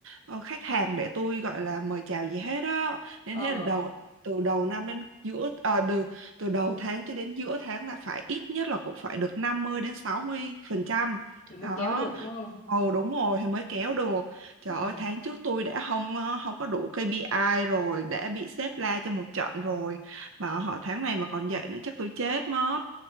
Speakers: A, on the right; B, on the left.
A: ờ, khách hàng để tôi gọi là mời chào gì hết á. Nên
B: Ờ
A: thế là đầu từ đầu năm đến giữa ờ, từ, từ đầu tháng cho đến giữa tháng là phải ít nhất là cũng phải được 50 đến 60 phần trăm.
B: thì mới
A: Đó.
B: kéo được đúng không?
A: Ồ đúng rồi thì mới kéo được Trời
B: Ừ.
A: ơi, tháng trước tôi đã không ờ, không có đủ KPI rồi, đã bị sếp la cho một trận rồi. Mà họ tháng này mà còn vậy nữa chắc tôi chết mất.